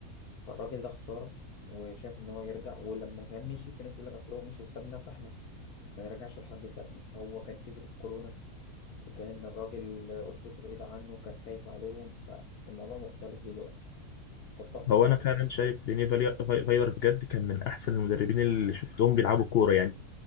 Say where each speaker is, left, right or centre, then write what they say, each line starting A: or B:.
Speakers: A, on the left; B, on the left.
A: فالراجل ده خسارة وشاف إن هو يرجع ولما كان مشي في ناس بيقول لك أصل هو مشي وسابنا فإحنا ما نرجعش لحد سابنا هو كان في ظروف كورونا وكان الراجل أسرته بعيدة عنه وكان خايف عليهم فالموضوع مختلف دلوقتي تتفق
B: هو انا
A: ولا
B: فعلا شايف ريني فالي- فاي- فايلر بجد كان من احسن المدربين اللي شفتهم بيلعبوا كوره يعني